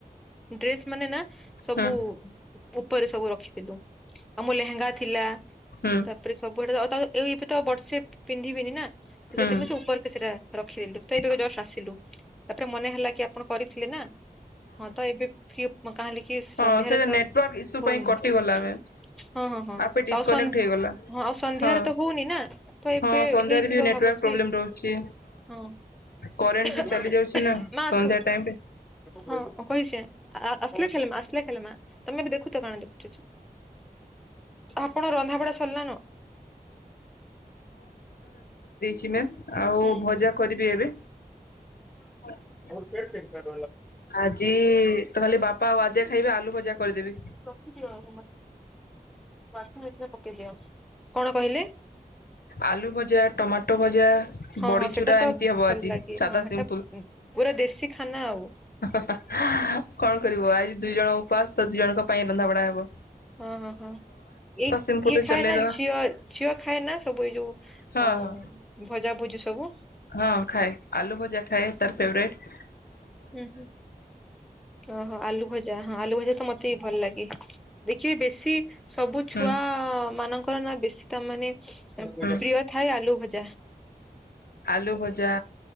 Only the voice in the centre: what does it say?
ଡ୍ରେସ୍ ମାନେ ନାଁ ସବୁ
ଉପରେ ସବୁ ରଖିଥିଲୁ ଆଉ ମୋ ଲେହେଙ୍ଗା ଥିଲା।
ତାପରେ ସବୁଆଡ଼େ ତ ତ ଏବେ ତ ବର୍ଷେ ପିନ୍ଧିବିନି। ନାଁ ତ
ସେଥିପାଇଁ ସେ ଉପରକ ସେଟା ରଖିଦେଲୁ। ତ ଏବେ ଜଷ୍ଟ ଆସିଲୁ। ତାପରେ ମନେ ହେଲା କି ଆପଣ କରିଥିଲେ ନାଁ ହଁ ତ ଏବେ ପ୍ରିୟପମା ତାହେଲେ କି ସନ୍ଧ୍ୟାରେ
ତ
ହୋଉନି।
<inaudible> ହଁ ହଁ ହଁ
ଆଉ ସ
ଆଉ ସନ୍ଧ୍ୟାରେ
ତ ହୋଉନି ନାଁ। ତ ଏବେ
ହେଇ ଚିବ
ଭାବୁଚି।
<inaudible>
ହଁ।
ଓହ
ହୋ
ମା
ଆସୁ।
ହଁ କହିଚେଁ। ଆ ଆସିଲେ ଖେଲମା ଆସିଲେ ଖେଲମା ତମେ ଏବେ ଦେଖୁଥ କାଣା ଦେଖୁଚ। ଆପଣ ରନ୍ଧାବଢ଼ା ସରିଲା ନ।
ହୁଁ
ହେ ନ ସାର
<inaudible> ରଖିଦିଅ <inaudible> ୱାସିଂମେସିନରେ ପକେଇ ଦିଅ କଣ କହିଲେ?
ହଁ
ହଁ ସେଟା ତ
ଭଲ
ଲାଗେ
ହଁ ସେଟା
ପୁରା ଦେଶୀ ଖାନା ଆଉ
ହଁ ହଁ ହଁ ଏଇ
ଇଏ ଖାଏ
ନା ଝିଅ ଝିଅ ଖାଏ ନା ସବୁ ଏଇ ଯୋଉ
ଉଁ
ଭଜା ଭୁଜି ସବୁ
ହୁଁ ହୁଁ ଓହୋ ଆଲୁ ଭଜା ହଁ ଆଲୁ ଭଜା ତ ମତେ ବି ଭଲ ଲାଗେ ଦେଖିବେ ବେଶୀ ସବୁ ଛୁଆ
ମାନଙ୍କ ନା ବେଶୀ ତା ମାନେ ଉଁ
ପ୍ରିୟ ଥାଏ ଆଲୁ ଭଜ ଜା